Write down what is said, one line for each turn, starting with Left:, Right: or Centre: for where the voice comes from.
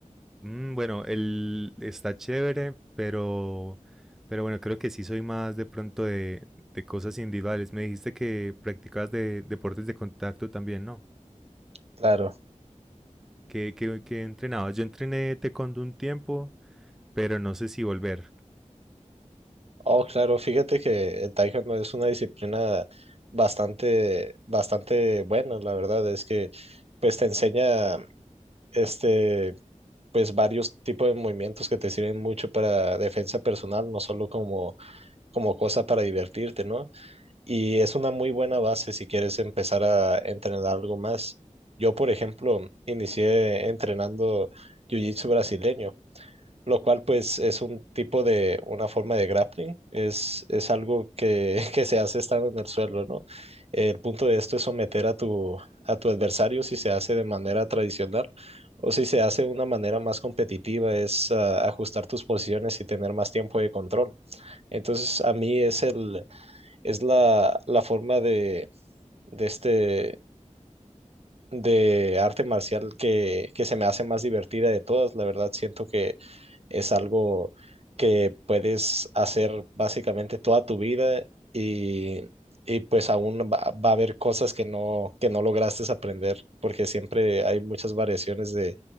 Centre: Mm, bueno, el está chévere, pero, pero bueno, creo que sí soy más de pronto de, de cosas individuales. Me dijiste que practicabas de deportes de contacto también, ¿no?
Right: Claro,
Centre: ¿Qué, qué- qué entrenabas? Yo entrené taekwondo un tiempo, pero no sé si volver.
Right: oh, claro, fíjate que el taekwondo es una disciplina bastante, bastante buena, la verdad, es que pues te enseña este, pues varios tipos de movimientos que te sirven mucho para defensa personal, no solo como, como cosa para divertirte, ¿no? Y es una muy buena base si quieres empezar a entrenar algo más. Yo, por ejemplo, inicié entrenando jiu-jitsu brasileño. lo cual pues es un tipo de, una forma de grappling, es, es algo que, <laughs> que se hace estando en el suelo, ¿no? El punto de esto es someter a tu, a tu adversario si se hace de manera tradicional o si se hace de una manera más competitiva, es ah, ajustar tus posiciones y tener más tiempo de control. Entonces a mí es, el, es la, la forma de, de este... de arte marcial que, que se me hace más divertida de todas, la verdad siento que es algo que puedes hacer básicamente toda tu vida y, y pues aún va, va a haber cosas que no, que no lograste aprender, porque siempre hay muchas variaciones de,